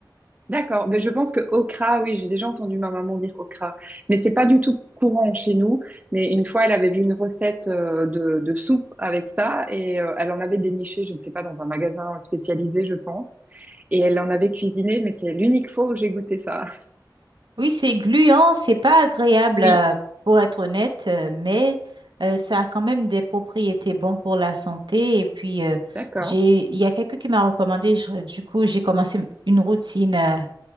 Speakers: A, on the right; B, on the right.
A: D'accord, mais je pense que okra, oui, j'ai déjà entendu ma maman dire okra, mais c'est pas du tout courant chez nous. Mais une fois, elle avait vu une recette euh, de, de soupe avec ça et euh, elle en avait déniché, je ne sais pas, dans un magasin spécialisé, je pense, et elle en avait cuisiné, mais c'est l'unique fois où j'ai goûté ça.
B: Oui, c'est gluant, c'est pas agréable
A: Oui,
B: euh, pour être honnête, euh, mais euh, ça a quand même des propriétés bonnes pour la santé. Et puis, euh,
A: d'accord.
B: j'ai, il y a quelqu'un qui m'a recommandé, je- du coup, j'ai commencé une routine euh,